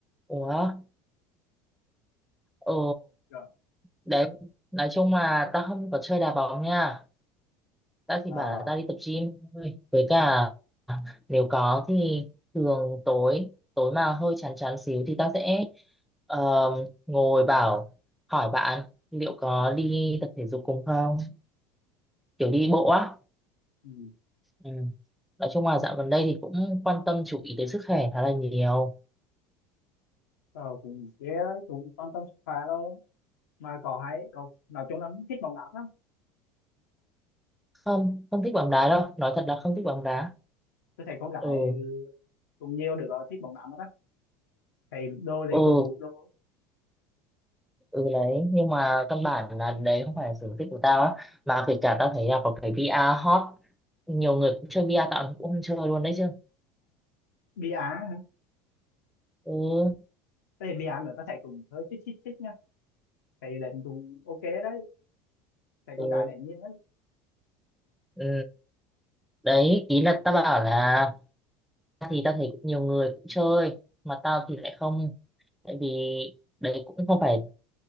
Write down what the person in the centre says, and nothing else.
ủa ừ
đấy nói chung là tao không có chơi đá bóng nha tao chỉ
bảo là tao đi tập gym thôi với cả Nếu có thì thường tối tối mà hơi chán chán xíu thì ta sẽ ờm, ngồi bảo hỏi bạn liệu có đi tập thể dục cùng không kiểu đi bộ á
ừ. Nói chung là dạo gần đây thì cũng quan tâm chú ý tới sức khỏe khá là nhiều
không không thích bóng đá đâu nói thật là không thích
bóng đá
ừ
ừ
ừ đấy nhưng mà căn bản là đấy không phải là sở thích của tao á mà kể cả tao thấy là có cái VR hot nhiều người cũng chơi VR tao cũng không chơi luôn đấy chứ
ừ
ừ
ừ. đấy ý là tao bảo là thì tao thấy cũng nhiều người cũng chơi mà tao thì lại không tại vì đấy cũng không phải